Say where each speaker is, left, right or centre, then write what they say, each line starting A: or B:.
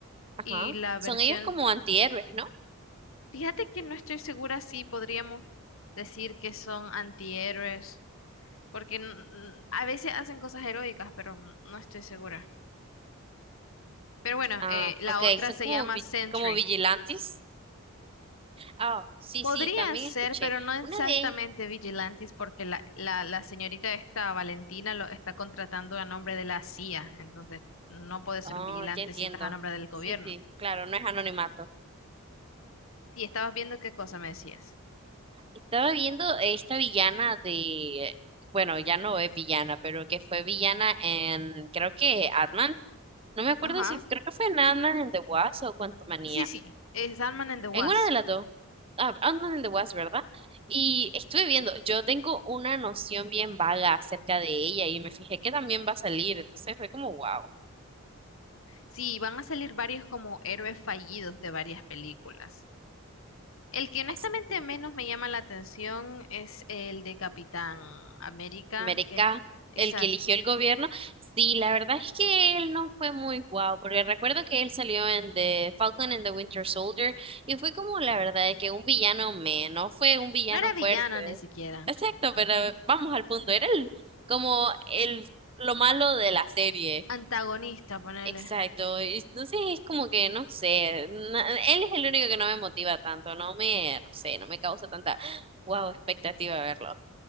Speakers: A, on the right (about 25°); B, on the left (about 65°).
A: ajá.
B: y la
A: Son
B: versión...
A: ellos como antihéroes, ¿no?
B: Fíjate que no estoy segura si podríamos decir que son antihéroes, porque n- n- a veces hacen cosas heroicas, pero n- no estoy segura. Pero bueno,
A: Ah,
B: eh, la
A: ok,
B: otra
A: son
B: se
A: como,
B: llama
A: vi-
B: Sentry.
A: como vigilantes. Ah, sí,
B: Podrían
A: sí, también
B: ser,
A: escuché.
B: pero no exactamente
A: Una de...
B: vigilantes, porque la, la, la señorita esta Valentina lo está contratando a nombre de la CIA, entonces no puede ser
A: Oh,
B: un vigilante
A: ya entiendo.
B: si estás a nombre del gobierno.
A: Sí, sí, claro, no es anonimato.
B: Sí, estabas viendo qué cosa me decías.
A: Estaba viendo esta villana de... Bueno, ya no es villana, pero que fue villana en... Creo que Atman. No me acuerdo
B: Ajá.
A: si... Creo que fue en Atman en The Wasp o Quantumania.
B: Sí, sí, es Ant-Man and the Wasp.
A: En una de las dos. ah, Ant-Man and the Wasp, ¿verdad? Y estuve viendo, yo tengo una noción bien vaga acerca de ella y me fijé que también va a salir, entonces fue como, wow,
B: Sí, van a salir varios como héroes fallidos de varias películas. El que honestamente
A: así,
B: menos me llama la atención es el de Capitán América,
A: América,
B: que... Exacto.
A: el que eligió el gobierno, sí, la verdad es que él no fue muy guau, porque recuerdo que él salió en The Falcon and the Winter Soldier y fue como, la verdad, de que un villano menos, fue un villano
B: No era
A: fuerte,
B: villano ni siquiera.
A: exacto, pero vamos al punto, era el, como el, lo malo de la serie.
B: Antagonista, ponele.
A: Exacto, y entonces es como que no sé, na- él es el único que no me motiva tanto, no me, no sé, no me causa tanta wow expectativa de verlo.